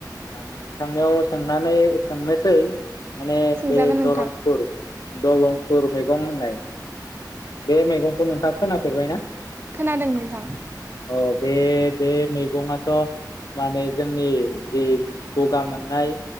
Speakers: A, on the left; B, on the right.
A: आं नोंथांनिआव सोंनानै सोंनोसै माने
B: सोंजागोन
A: बे
B: नोंथां
A: दलांपुर। दलंफुर मैगं होननाय बे मैगंखौ नोंथाङा खोनापेरजायै आं?
B: खोनादों नोंथां
A: अ बे बे। मैगंयाथ' माने जोंनि। जे गगा मोननाय।